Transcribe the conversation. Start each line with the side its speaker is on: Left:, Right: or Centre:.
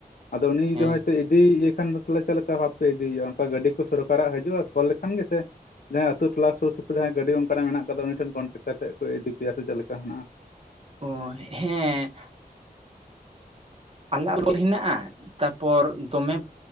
Left: ᱾ᱟᱫᱚ ᱩᱱᱤ
Right: ᱦᱮᱸ
Left: ᱫᱚ ᱦᱚᱭ ᱛᱚ ᱤᱫᱤᱭᱮ ᱠᱷᱟᱱ ᱫᱚ ᱛᱟᱦᱮ ᱪᱮᱫ ᱞᱮᱠᱟ ᱵᱷᱟᱵᱛᱮ ᱤᱫᱤᱭᱮᱼᱟ ᱚᱱᱠᱟ ᱜᱟᱹᱰᱤ ᱠᱚ ᱥᱚᱨᱠᱟᱨᱟᱜ ᱦᱤᱡᱩᱜᱼᱟ᱾ ᱥᱮ ᱠᱚᱞ ᱞᱮᱠᱷᱟᱱ ᱜᱮ ᱥᱮ ᱡᱟᱦᱟᱸᱟᱭ ᱟᱹᱛᱩᱳ ᱴᱚᱞᱟ ᱥᱩᱨ ᱥᱩᱯᱩᱨᱟᱸᱭ ᱜᱟᱹᱰᱤ ᱚᱠᱟᱨᱮ ᱢᱮᱱᱟᱜ ᱟᱠᱟᱫᱟ᱾ ᱩᱱᱤ ᱴᱷᱮᱱ ᱠᱚᱱᱴᱮᱠᱴ ᱠᱟᱛᱮ ᱠᱚ ᱤᱫᱤ ᱯᱮᱭᱟ ᱥᱮ ᱪᱮᱫ ᱞᱮᱠᱟ ᱦᱮᱱᱟᱼᱟ᱾
Right: ᱚ ᱦᱮᱸ, ᱟᱞᱮ ᱟᱞᱞ <unintelligible> ᱦᱮᱱᱟᱜᱼᱟ ᱛᱟᱯᱚᱨ ᱫᱚᱢᱮ